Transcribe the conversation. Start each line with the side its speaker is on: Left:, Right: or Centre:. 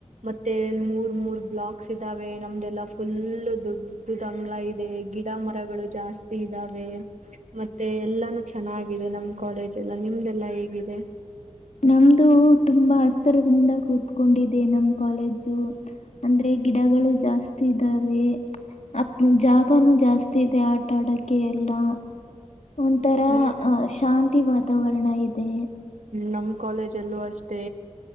Right: ಮತ್ತೆ ಮೂರ್ ಮೂರ್ ಬ್ಲಾಕ್ಸ್ ಇದಾವೆ ನಮ್ ಎಲ್ಲ ಫುಲ್ ದೊಡ್ದುದ್ ಅಂಗಳ ಇದೆ ಗಿಡ ಮರಗಳು ಜಾಸ್ತಿ ಇದ್ದಾವೆ ಮತ್ತೆ ಎಲ್ಲಾನು ಚೆನ್ನಾಗಿದೆ ನಮ್ ಕಾಲೇಜ ಎಲ್ಲ ನಿಮ್ದಲ್ಲಾ ಹೇಗಿದೆ.
Left: ನಮ್ದು ತುಂಬಾ ಹಸಿರಿನಿಂದ ಕೂತ್ಕೊಂಡಿದೆ ನಮ ಕಾಲೇಜು ಅಂದ್ರೆ ಗಿಡಗಳು ಜಾಸ್ತಿ ಇದ್ದಾವೆ ಅ ಜಾಗನು ಜಾಸ್ತಿ ಇದೆ ಆ ಟಾಡಕ್ಕೆ ಎಲ್ಲಾ ಒಂಥರ
Right: ಹ್ಮ್
Left: ಅಹ ಶಾಂತಿ ವಾತಾವರಣ ಇದೆ ತ್ತೆ
Right: ನಮ್ಮ್ ಕಾಲೇಜ್ ಅಲ್ಲೂ ಅಷ್ಟೇ